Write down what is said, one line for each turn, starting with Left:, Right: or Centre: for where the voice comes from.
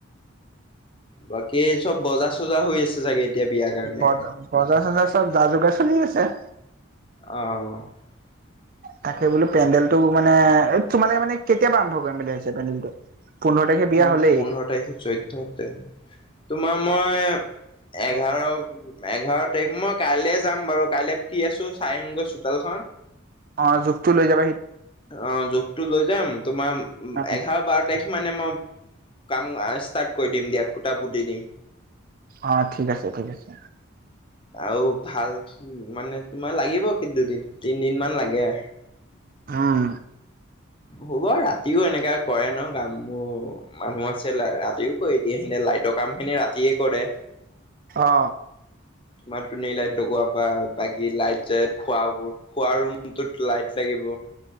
Left: বাকী চব বজা চজা হৈ আছে চাগে এতিয়া বিয়াৰ কাৰণে
Right: বজা বজাৰ চজাৰ চব যা যোগাৰ চলি আছে
Left: অ
Right: তাকে বোলো পেণ্ডেলটো মানে তোমালোকে মানে কেতিয়া পৰা আৰম্ভ কৰিম বুলি ভাবিছা পেণ্ডেলটো পোন্ধৰ তাৰিখে বিয়া
Left: উম
Right: হ'লেই
Left: পোন্ধৰ তাৰিখে চৈধ্য তে তোমাৰ মই এঘাৰ এঘাৰ তাৰিখ মই কাইলে যাম বাৰু কাইলে ফ্ৰী আছো চাই আহিম গৈ চোতালখন
Right: অ জোখটো লৈ যাব
Left: অ জুখটো লৈ যাম তোমাৰ
Right: অ
Left: এঘাৰ বাৰ তাৰিখ মানে মই কাম ষ্টাৰ্ট কৰি দিম দিয়া খুটা পুটি দিম
Right: অ ঠিক আছে ঠিক আছে
Left: আৰু ভাল মানে তোমাৰ লাগিব কি দুদিন তিনদিন মান লাগে
Right: উম
Left: হ'ব ৰাতিও এনেকা কৰে ন? কাম মোৰ মানুহ আছিল ৰাতিও কৰি দিয়ে সিনা লাইটক কাম খিনি ৰাতিয়ে কৰে।
Right: অ
Left: ইমান লাইট লগোৱাৰ পৰা বাকী লাইট যাই খোৱা বোৰ খোৱা ৰুমটোত লাইট লাগিব